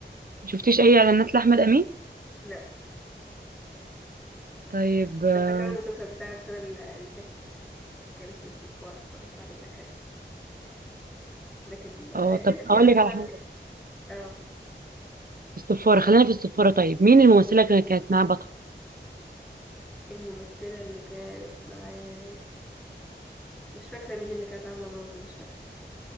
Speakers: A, on the right; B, in the centre.
A: شفتيش اي اعلانات لاحمد امين
B: لا
A: طيب
B: مش فاكره
A: اه
B: انا فاكره المسلسل بتاع السنه الل- اللي فاتت كان اسمه الصفاره اتفرجت عليه كان حلو لكن آه،
A: آه،
B: اديني
A: طب
B: اختيارات
A: اقول لك
B: وانا
A: على حاجة
B: افتكر اه
A: الصفارة خلينا في الصفارة طيب مين الممثلة اللي كانت معاه بطل
B: الممثله اللي كانت معاه مش فاكره مين اللي كانت عامله مراته مش فاكره